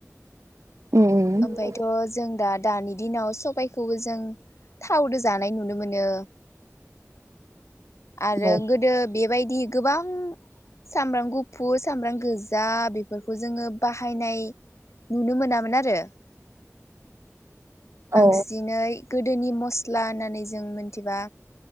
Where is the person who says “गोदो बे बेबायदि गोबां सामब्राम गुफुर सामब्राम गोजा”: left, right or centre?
Left